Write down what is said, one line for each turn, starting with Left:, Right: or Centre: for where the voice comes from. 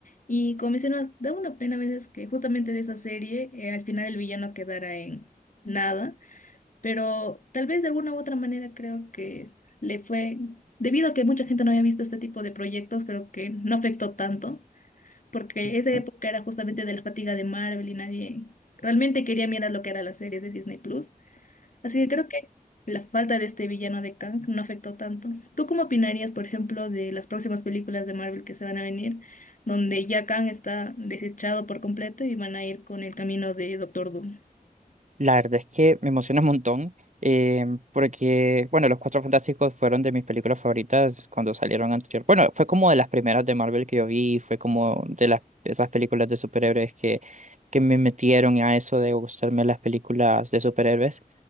Left: Y como mencionas, da una pena a veces que justamente de esa serie eh, al final el villano quedara en nada, pero tal vez de alguna u otra manera creo que le fue, debido a que mucha gente no había visto este tipo de proyectos, creo que no afectó tanto, porque
Right: <laughs>
Left: esa época era justamente de la fatiga de Marvel y nadie realmente quería mirar lo que era las series de Disney Plus. Así que creo que la falta de este villano de Kang no afectó tanto. ¿Tú cómo opinarías, por ejemplo, de las próximas películas de Marvel que se van a venir, donde ya Kang está desechado por completo y van a ir con el camino de Doctor Doom?
Right: La verdad es que me emociona un montón, eh, porque, bueno, Los Cuatro Fantásticos fueron de mis películas favoritas cuando salieron anterior. Bueno, fue como de las primeras de Marvel que yo vi, fue como de las, esas películas de superhéroes que, que me metieron a eso de gustarme las películas de superhéroes.